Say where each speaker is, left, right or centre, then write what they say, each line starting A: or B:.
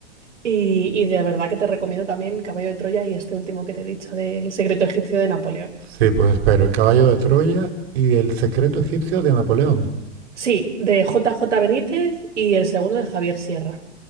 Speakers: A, on the right (about 85°); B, on the right (about 60°).
A: y, y de verdad que te recomiendo también Caballo de Troya y este último que te he dicho, de El secreto egipcio de Napoleón.
B: Sí, pues espero, el caballo de Troya y el secreto egipcio de Napoleón.
A: Sí, de J J Benítez y el segundo de Javier Sierra.